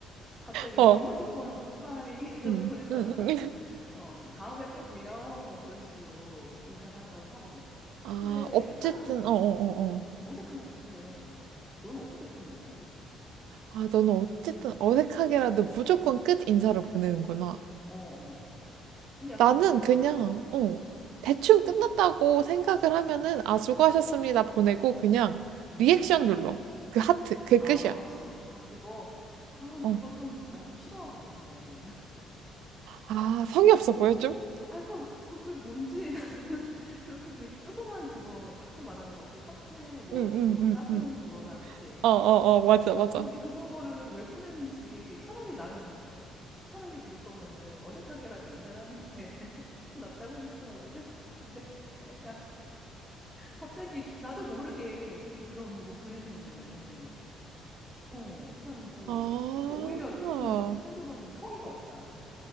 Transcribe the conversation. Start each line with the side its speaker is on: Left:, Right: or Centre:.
Centre: 갑자기
Right: 어,
Centre: 막 이모티콘 굿바이 <laughs> 그런
Right: 응,
Centre: 거 보낸다거나,
Right: 응, 응. <laughs>
Centre: 어, 그럼 다음에 또 봬요. 뭐 그런 식으로 인사를 한다고 하거든?
Right: 아,
Centre: 근데
Right: 어쨌든,
Centre: 약간
Right: 어, 어, 어, 어.
Centre: 어색한 것 같기도 해. 너는 어떻게 끝내, 톡을?
Right: 아, 너는 어쨌든 어색하게라도 무조건 끝 인사를 보내는구나.
Centre: 어, 어. 근데 약간
Right: 나는
Centre: 나도,
Right: 그냥,
Centre: 음,
Right: 어, 대충 끝났다고 생각을 하면은, 아, 수고하셨습니다. 보내고, 그냥
Centre: 음.
Right: 리액션 눌러. 그 하트. 그게
Centre: 아,
Right: 끝이야.
Centre: 진짜. 아, 그거. 아, 나
Right: 어.
Centre: 그거 좀, 나 좀 싫어하거든, 근데. <laughs>
Right: 아, 성의 없어 보여, 좀?
Centre: 아, 약간 그게 뭔지. <laughs> 나는 그렇게 그 조그만 그거 하트 말하는 거지. 하트 뭐,
Right: 응, 응,
Centre: 뭐, 따봉
Right: 응, 응.
Centre: 그거랑, 그치?
Right: 어, 어, 어, 맞아, 맞아.
Centre: 아, 근데 그거를 왜 보내는지 차라리 나는 차라리 그럴 거면은 어색하게라도 인사를 하는 게 <laughs> 낫다고 생각하거든. 근데 약간 갑자기 나도 모르게 그렇게 그런 거 보내놓으면은 어 나는 뭐
Right: 아,
Centre: 약간 오히려 조금 상대방이 성의가 없다.